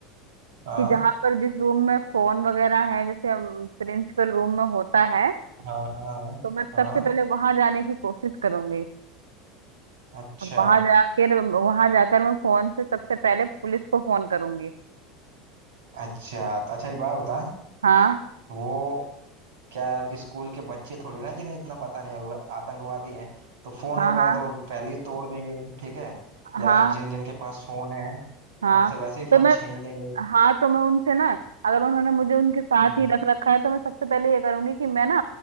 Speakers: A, on the right; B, on the right.
A: हाँ
B: कि जहां पर जिस रूम में फोन वगैरह है जैसे प्रिंसिपल रूम में होता है
A: हाँ हाँ
B: तो मैं
A: हाँ
B: सबसे पहले वहां जाने की कोशिश करूंगी
A: अच्छा
B: और वहां जाकर वहां जाकर मैं फोन से सबसे पहले पुलिस को फोन करूंगी
A: अच्छा तो अच्छा एक बात बता
B: हाँ
A: वो क्या स्कूल के बच्चे थोड़ी ना जिन्हें इतना पता नहीं होगा आतंकवादी हैं तो फोन
B: हाँ
A: वगैरह
B: हाँ
A: तो पहले ही तोड़ देंगे ठीक है या
B: हाँ
A: जिन जिन के पास फोन है
B: हाँ
A: उनसे वैसे ही
B: तो
A: फोन
B: मैं
A: छीन लेंगे
B: हाँ तो मैं उनसे ना अगर उन्होंने मुझे उनके साथ
A: हम्म
B: ही रख रखा है तो मैं सबसे पहले ये करूंगी कि मैं ना